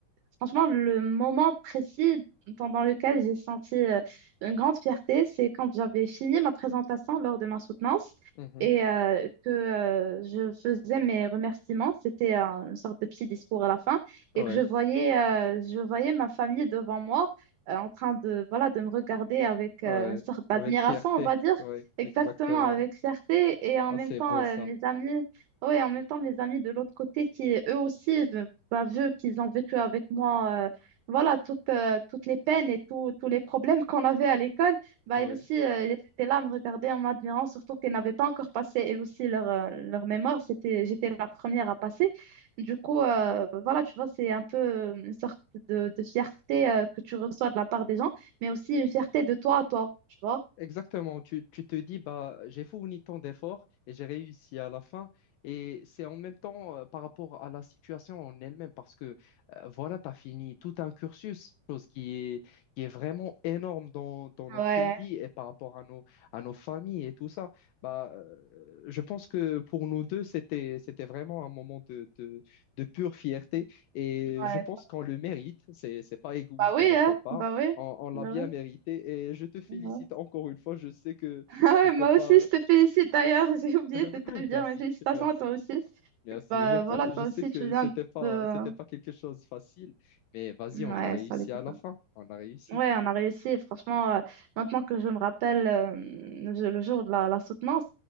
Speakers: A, on the right; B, on the left.
A: Franchement, le moment précis pendant lequel j'ai senti euh, une grande fierté, c'est quand j'avais fini ma présentation lors de ma soutenance
B: Mhm.
A: et euh, que euh, je faisais mes remerciements. C'était euh, une sorte de petit discours à la fin
B: Ouais,
A: et que je voyais, euh, je voyais ma famille devant moi euh, en train de, voilà, de me regarder avec
B: ouais.
A: euh, une sorte d'admiration,
B: Avec fierté.
A: on va dire,
B: Ouais,
A: exactement
B: exactement.
A: avec fierté et en
B: Ah,
A: même
B: c'est
A: temps
B: beau
A: euh,
B: ça.
A: mes amis. Oui, en même temps, mes amis de l'autre côté qui, eux aussi, bah, vu qu'ils ont vécu avec moi euh, voilà toutes, euh, toutes les peines et tous tous les problèmes qu'on avait à l'école, bah,
B: Ouais.
A: elles aussi, euh, elles étaient là à me regarder en m'admirant, surtout qu'elles n'avaient pas encore passé, elles aussi, leur, euh, leur mémoire. C'était, j'étais la première à passer. Du coup, euh, voilà, tu vois, c'est un peu une sorte de, de fierté euh, que tu reçois de la part des gens, mais aussi une fierté de toi à toi, tu vois.
B: Exactement, tu, tu te dis, bah, j'ai fourni tant d'efforts et j'ai réussi à la fin. Et c'est en même temps euh, par rapport à la situation en elle-même, parce que euh, voilà, tu as fini tout un cursus, chose qui est, qui est vraiment énorme dans, dans notre
A: Ouais,
B: vie et par rapport à nos, à nos familles et tout ça. Bah, euh, je pense que pour nous deux, c'était, c'était vraiment un moment de, de, de pure fierté et
A: ouais.
B: je pense qu'on le mérite. C'est, c'est pas égoïste
A: Bah oui,
B: de notre
A: hein,
B: part.
A: bah oui.
B: On, on l'a
A: Bah
B: bien
A: oui.
B: mérité et je te félicite
A: Ouais.
B: encore une fois. Je sais que
A: Ah
B: c'était
A: ouais, moi
B: pas.
A: aussi, je te félicite d'ailleurs, <laughs> j'ai oublié de
B: <laughs>
A: te le dire,
B: Merci,
A: mais félicitations
B: merci,
A: à toi aussi.
B: merci.
A: Bah
B: Je, pa-
A: voilà, toi
B: je sais
A: aussi,
B: que
A: tu viens
B: c'était pas,
A: de...
B: c'était pas quelque chose de facile, mais vas-y,
A: Ouais,
B: on a réussi
A: ça l'était
B: à la fin. On a réussi.
A: Ouais, on a réussi. Franchement, euh, maintenant que je me rappelle euh, je- le jour de la, la soutenance,